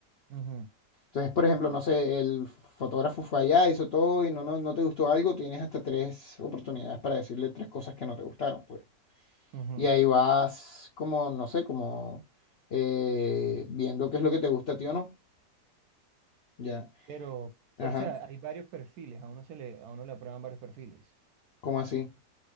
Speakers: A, on the right (about 70°); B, on the left (about 85°).
A: ujú,
B: Entonces, por ejemplo, no sé, el fotógrafo fue allá, hizo todo y no, no, no te gustó algo, tienes hasta tres oportunidades para decirle tres cosas que no te gustaron, pues.
A: ujú.
B: Y ahí vas como, no sé, como eh, viendo qué es lo que te gusta a ti o no. Ya.
A: Pero,
B: Ajá.
A: o sea, hay varios perfiles, a uno se le, a uno le aprueban varios perfiles.
B: ¿Cómo así?